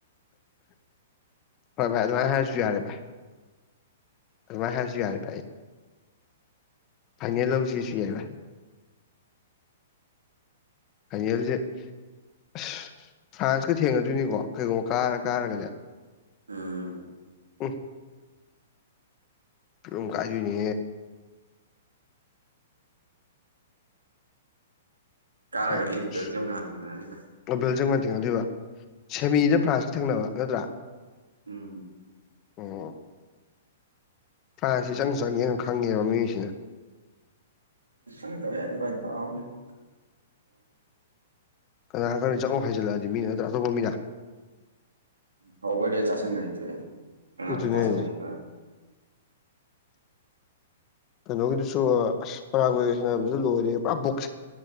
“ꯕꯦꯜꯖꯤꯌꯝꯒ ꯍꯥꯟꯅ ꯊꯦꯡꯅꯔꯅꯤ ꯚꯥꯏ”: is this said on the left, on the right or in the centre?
Right